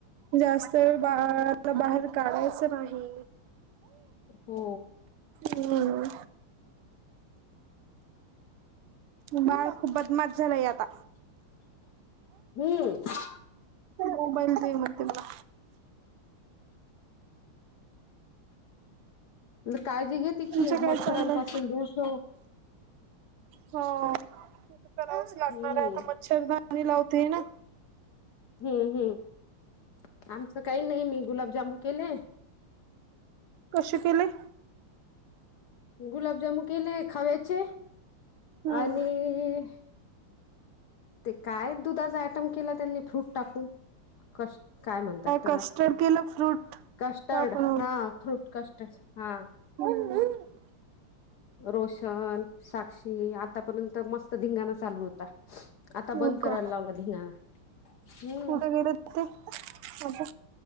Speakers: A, on the right; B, on the left.
A: जास्तवेळ बाळाला बाहेर काढायचं नाही.
B: हो
A: हम्म बाळ खूप बदमाश झालाय आता.
B: हम्म
A: मोबाईल दे म्हणतंय मला.
B: काळजी घे तिची,
A: तुमचं काय
B: मच्छरांपासून
A: चाललंय
B: दूर ठेव.
A: हो ते तर करावच लागणार
B: हम्म
A: आहे, आता मच्छरदानी लावते ना.
B: हम्म हम्म, आमचं काही नाही मी गुलाबजामून केले.
A: कशे केले?
B: गुलाबजामून केले खव्याचे
A: हम्म
B: आणि ते काय दुधाचा आयटम केला त्यांनी फ्रूट टाकून, कस् काय म्हणतात त्याला?
A: कस्टर्ड केलं फ्रूट
B: कस्टर्ड
A: टाकून
B: हा फ्रूट कस्टर्ड हा.
A: हम्म
B: रोशन, साक्षी आतापर्यंत मस्त धिंगाणा चालू होता. आता
A: हो
B: बंद
A: का
B: करायला लावला धिंगाणा, हम्म.
A: कुठे गेले ते आता